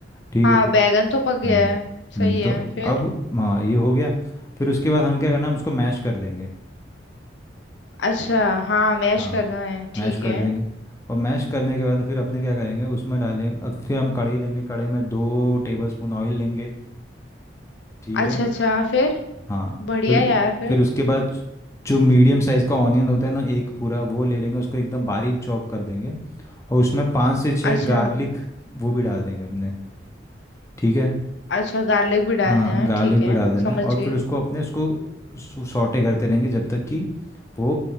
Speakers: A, on the left; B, on the left.
A: ठीक
B: हाँ
A: है
B: बैगन तो पक
A: हम्म
B: गया है सही
A: हम्म
B: है
A: तो
B: फिर
A: अब हाँ ये हो गया फिर उसके बाद हमें क्या करना है हम उसको मैश कर देंगे
B: अच्छा हाँ मैश
A: हाँ
B: करना है ठीक
A: मैश कर
B: है
A: देंगे और मैश करने के बाद फिर अपने क्या करेंगे उसमें डालें अब फिर हम कढ़ाई लेंगे कढ़ाई में दो टेबल स्पून ऑयल लेंगे ठीक
B: अच्छा
A: है
B: अच्छा फिर
A: हाँ
B: बढ़िया
A: फिर
B: यार फिर
A: फिर उसके बाद जो मीडियम साइज़ का ऑनियन होता है ना एक पूरा वो ले लेंगे उसको एकदम बारीक चॉप कर देंगे और उसमें पाँच से छः
B: अच्छा
A: गार्लिक वो भी डाल देंगे अपने ठीक है
B: अच्छा गार्लिक भी डालना
A: हाँ
B: है
A: गार्लिक
B: ठीक है
A: भी डाल देना
B: समझ
A: है और
B: गई
A: फिर उसको अपने उसको सॉटे करते रहेंगे जब तक कि वो